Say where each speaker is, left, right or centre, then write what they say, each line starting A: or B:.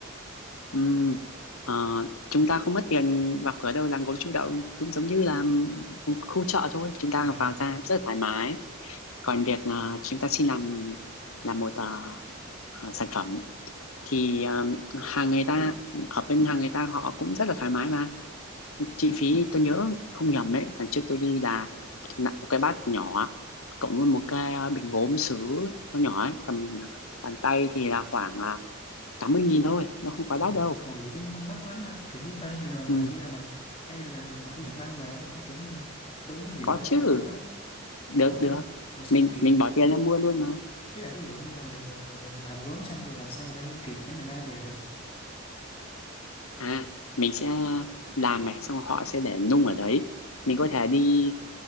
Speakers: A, on the left; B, on the left.
A: Ừ, ờ, chúng ta không mất tiền vào cửa đâu, làng gốm Chu Đậu cũng giống như là khu chợ thôi. Chúng ta
B: à
A: vào ra rất là thoải mái. Còn việc ờ, chúng ta xin làm làm một ờ, ờ, sản phẩm thì ờ, hàng người ta ở bên hàng người ta họ cũng rất là thoải mái mà chi phí tôi nhớ không nhầm ấy lần trước tôi đi là nặng một cái bát nhỏ cộng với một cái ờ, bình gốm sứ nó nhỏ ấy tầm à, bàn tay thì là khoảng à, tám mươi nghìn thôi nó không
B: ôi,
A: quá đắt đâu
B: ồ gì cũng không mắc lắm ha kiểu như ê, rồi, rồi, rồi
A: ừ,
B: hình như là mình ê, rồi, rồi mình cũng được mang về không ta kiểu như là tôi muốn giữ
A: có
B: lại
A: chứ
B: cái thành phẩm á
A: được
B: ủa rồi
A: được
B: rồi sao
A: mình
B: mà kịp
A: mình bỏ tiền ra mua luôn mà
B: với là ví dụ như là mình mình mình mình làm gốm xong rồi làm sao người ta nung kịp để mình mang về được
A: à mình sẽ làm này xong rồi họ sẽ để nung ở đấy mình có thể đi